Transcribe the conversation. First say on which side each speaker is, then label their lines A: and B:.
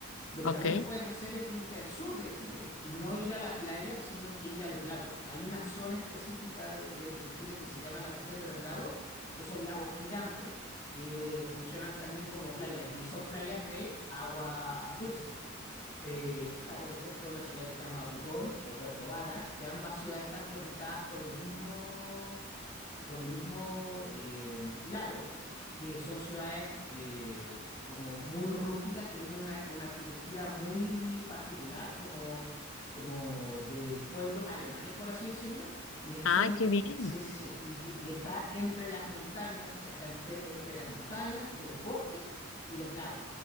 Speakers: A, on the left (about 35°); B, on the left (about 75°).
A: Lo que
B: Ok.
A: también puedes hacer es irte al sur de Chile y no ir a la playa, sino que ir a los lagos. Hay una zona específica de, de- de Chile que se llama la región de los lagos, que son lagos gigantes que funcionan también como playas y son playas de agua dulce. Eh, está, por ejemplo, una ciudad que se llama Pucón o Puerto Varas, que ambas ciudades están conectadas por el mismo por el mismo eh, lago, que son ciudades eh, como muy rústicas, que tienen una, una arquitectura muy particular, como, como de pueblos alemanes, por así decirlo. Y eso
B: Ay,
A: son,
B: qué bien.
A: sí, sí, sí, y, que- y está entre las montañas, o sea, está entre, entre las montañas, los bosques y los lagos.